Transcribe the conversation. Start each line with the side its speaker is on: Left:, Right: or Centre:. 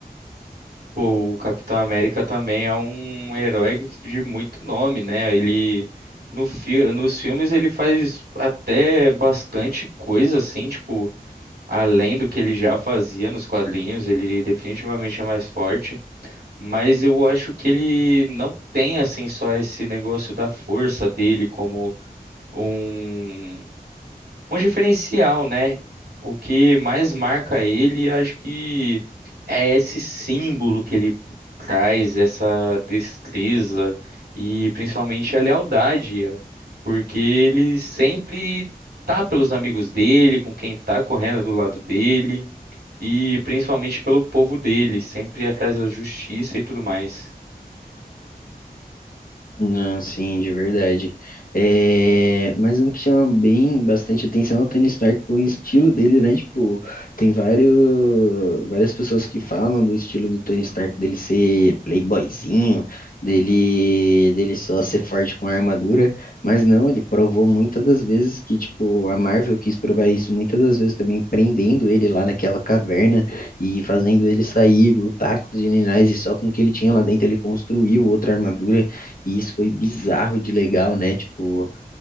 Right: Pô, o Capitão América também é um herói de muito nome, né? Ele no fi nos filmes ele faz até bastante coisa assim, tipo além do que ele já fazia nos quadrinhos, ele definitivamente é mais forte, mas eu acho que ele não tem assim só esse negócio da força dele como um um diferencial, né? O que mais marca ele, acho que é esse símbolo que ele traz, essa destreza e principalmente a lealdade, porque ele sempre tá pelos amigos dele, com quem tá correndo do lado dele. E principalmente pelo povo dele, sempre atrás da justiça e tudo mais.
Left: Não, sim, de verdade. É, mas um que chama bem bastante atenção é o Tony Stark, o estilo dele, né? Tipo, tem vários, várias pessoas que falam do estilo do Tony Stark, dele ser playboyzinho, dele, dele só ser forte com a armadura, mas não, ele provou muitas das vezes que, tipo, a Marvel quis provar isso muitas das vezes também prendendo ele lá naquela caverna e fazendo ele sair, lutar com os generais e só com o que ele tinha lá dentro ele construiu outra armadura. E isso foi bizarro de legal, né? Tipo,